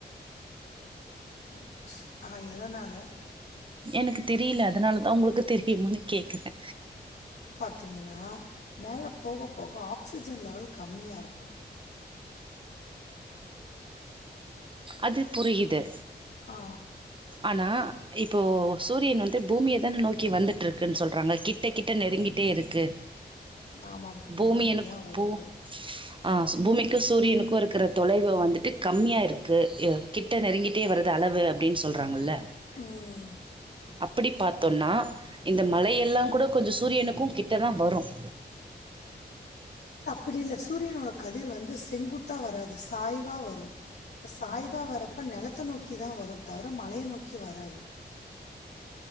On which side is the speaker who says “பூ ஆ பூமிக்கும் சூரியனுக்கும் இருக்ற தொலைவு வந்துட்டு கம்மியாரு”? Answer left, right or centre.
Right